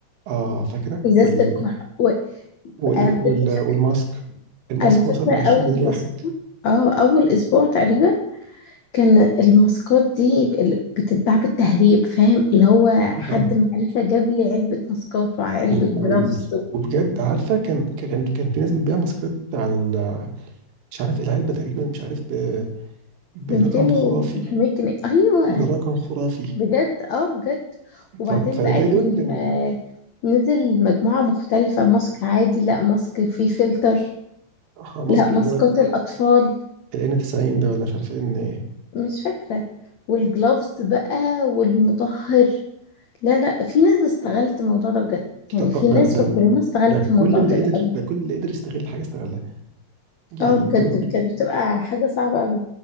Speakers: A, on the right; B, on the left.
A: اه فاكره
B: إزازة
A: وال...
B: الكحول و...
A: وال...
B: أنا
A: وال...
B: بجد فاكرة
A: والماسك الماسك
B: أنا فاكرة
A: وصل ل 20
B: أول
A: جنيه الواحد
B: أسبوع اه أول أسبوع تقريبا كان الماسكات دي ب- بتتباع بالتهريب فاهم اللي هو حد
A: آه.
B: معرفة جاب لي علبة ماسكات وعلبة
A: و... و...
B: جلافز
A: وبجد عارفه كان كان كان في ناس بتبيع ماسكات على ال... مش عارف العلبه تقريبا مش عارف ب... برقم
B: ب 200
A: خرافي
B: و 300 جنيه ايوه
A: برقم خرافي
B: بجد اه بجد وبعدين
A: ف... فده
B: بقى كان
A: يدل ان
B: آه، نزل مجموعة مختلفة ماسك عادي لا ماسك فيه فلتر
A: آه، ماسك
B: لا ماسكات
A: اللي هو ال
B: الأطفال
A: N90 ده ولا مش عارف ان
B: مش فاكرة والجلوفز بقى والمطهر لا لا في ناس استغلت الموضوع ده بجد
A: كده-
B: يعني
A: طب
B: في ناس
A: ده ده
B: في الكورونا استغلت
A: ده
B: في
A: كل
B: الموضوع
A: اللي
B: ده
A: قدر
B: قوي
A: ده كل اللي قدر يستغل حاجه استغلها يعني
B: اه بجد
A: بجد
B: كانت بتبقى حاجة صعبة قوي